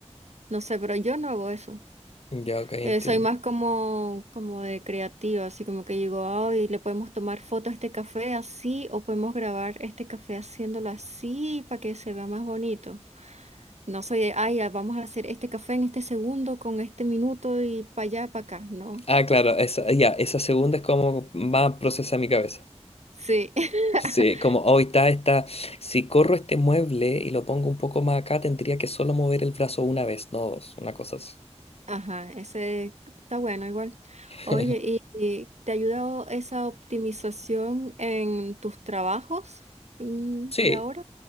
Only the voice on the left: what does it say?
Ya, ok, entiendo.
Ah, claro, esa, ya, esa segunda es como más procesa mi cabeza.
Sí, como hoy está, está, si corro este mueble y lo pongo un poco más acá, tendría que solo mover el brazo una vez, no dos, una cosa así.
<laughs>
Sí,